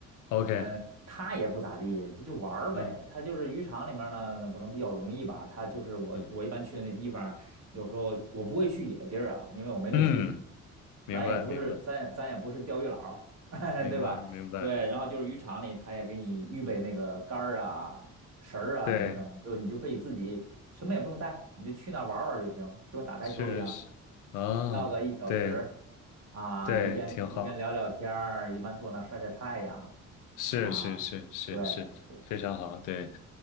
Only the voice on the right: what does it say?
呃，他也不咋地，就玩儿呗。
他就是渔场里面呢，那可能比较容易吧。他就是我，
我一般去的那地方，有时候我不会去野地儿啊，因为我没那技术。
咱也不是，咱也咱也不是钓鱼佬儿 <laughs>
对吧？对，然后就是渔场里，他也给你预备那个竿儿啊、绳儿啊什么的，
就你就可以自己。什么也不用带，你就去那儿玩儿玩儿就行，就跟打台球儿一样，
要个一小时
啊，
一边一边聊聊天儿，
一边坐那儿晒晒太阳
啊，对对，